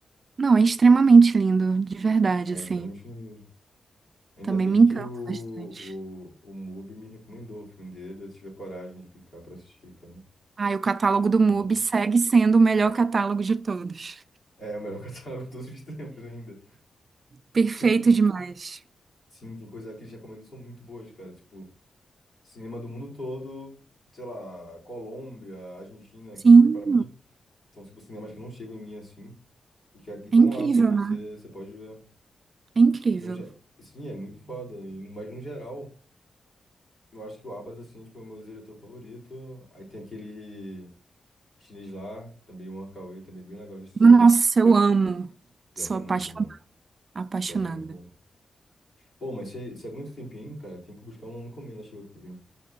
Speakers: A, on the right; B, on the left.
A: Não, é extremamente lindo, de verdade,
B: É
A: assim.
B: extremamente lindo mesmo. Ainda
A: Também
B: bem
A: me
B: que
A: encanta
B: o,
A: bastante.
B: o, o Mubi me recomendou o filme dele, eu tive a coragem de clicar pra assistir, cara.
A: Ah, e o catálogo do
B: Não.
A: MUBI segue sendo o melhor catálogo de todos.
B: É o melhor <laughs> catálogo de todos os tempos ainda.
A: Perfeito
B: Tem,
A: demais.
B: sim, tem coisa que eles recomendam que são muito boas, cara. Tipo, cinema do mundo todo, sei lá, Colômbia, Argentina,
A: Sim,
B: que pra mim São, tipo, cinemas que não chegam em mim assim. E que estão
A: é incrível,
B: lá, sabe?
A: né?
B: Você pode ver.
A: É incrível.
B: No, ge- sim, é muito foda. E, mas no geral, eu acho que o Abbas, assim, tipo, é tipo, o meu diretor favorito. Aí tem aquele chinês lá, também o Wong Kar-wai, também bem legal de assistir.
A: Nossa, eu amo.
B: Pior
A: Sou
B: que é
A: apaixon-
B: muito bom.
A: apaixonada.
B: Pior que é muito bom. Pô, mas se, se aguenta um tempinho, cara, tem que buscar uma encomenda, chegou aqui pra mim.